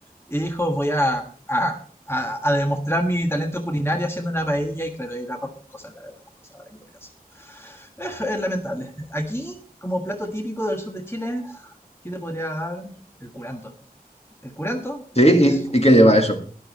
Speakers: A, on the left; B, on the left.
A: y dijo, voy a, a, a, a demostrar mi talento culinario haciendo una paella y claro, era arroz con cosas, la verdad, las cosas ahora que lo pienso. <laughs> Es lamentable. Aquí, como plato típico del sur de Chile, ¿qué te podría dar? El curanto. El curanto
B: sí,
A: es
B: y, y que lleva eso.